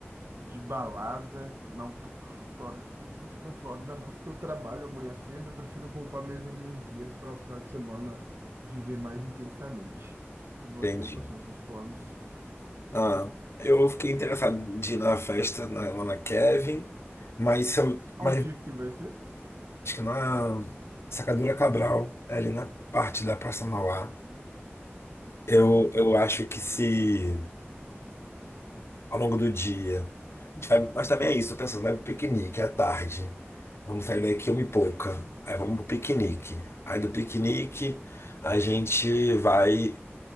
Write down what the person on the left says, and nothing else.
Entendi.
Ah, eu fiquei interessado de ir na festa na- lá na Kevin, mas, se eu,
mas
acho que na Sacadura Cabral, é ali na parte da Praça Mauá, eu,
eu acho que se ao longo do dia. a gente vai- Mas também é isso, tô pensando, vai pro piquenique à tarde. Vamos sair daqui uma e pouca. Aí vamos pro piquenique. Aí do piquenique a gente vai.